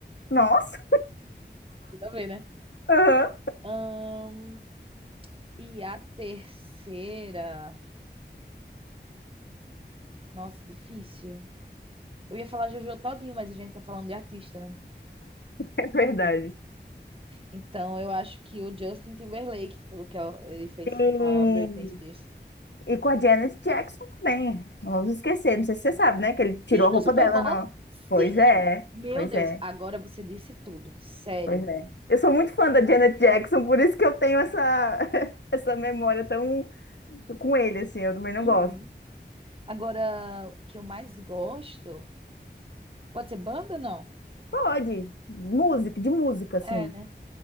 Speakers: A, on the left; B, on the right.
A: Nossa!
B: Tudo a ver, né?
A: Aham. <laughs>
B: Ahn, e a terceira. Nossa, difícil. Eu ia falar Jojo Todinho, mas a gente tá falando de artista, né?
A: É verdade.
B: Então eu acho que o Justin Timberlake, pelo que ele fez
A: Tem.
B: com a Britney Spears.
A: E com a Janet Jackson também. Não vamos esquecer, não sei se você sabe, né? Que ele tirou
B: Sim, do
A: a roupa
B: Super
A: dela,
B: Bowl?
A: não.
B: Sim!
A: Pois é,
B: Meu
A: pois
B: Deus,
A: é,
B: agora você disse tudo. Sério.
A: pois é. Eu sou muito fã da Janet Jackson, por isso que eu tenho essa, <laughs> essa memória tão com ele, assim. Eu também não
B: Uhum.
A: gosto.
B: Agora, o que eu mais gosto. Pode ser banda, não?
A: Pode, música, de música, assim.
B: É, né?